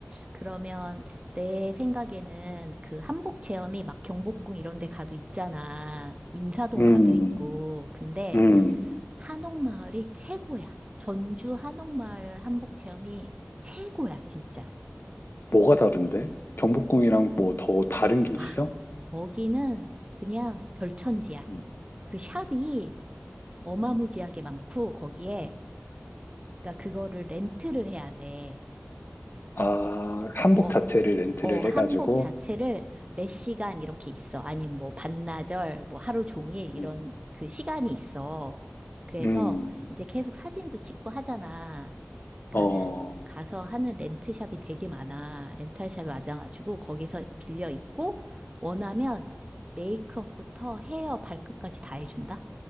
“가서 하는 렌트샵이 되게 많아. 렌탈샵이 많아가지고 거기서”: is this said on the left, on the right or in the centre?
Right